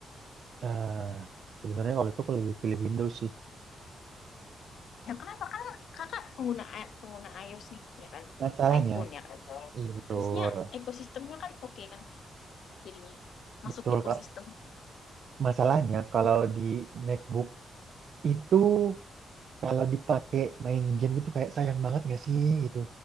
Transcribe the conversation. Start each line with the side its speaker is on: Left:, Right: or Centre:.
Right: Nah, sebenarnya kalau itu aku lebih pilih Windows sih.
Left: Ya kenapa? Kan kakak pengguna i- pengguna iOS nih, ya kan?
Right: Masalahnya,
Left: iPhone ya kan?
Right: iya betul,
Left: Harusnya ekosistemnya kan oke kan jadinya.
Right: betul
Left: Masuk ekosistem.
Right: Kak. Masalahnya kalau di MacBook itu kalau dipakai main game gitu kayak sayang banget gak sih gitu.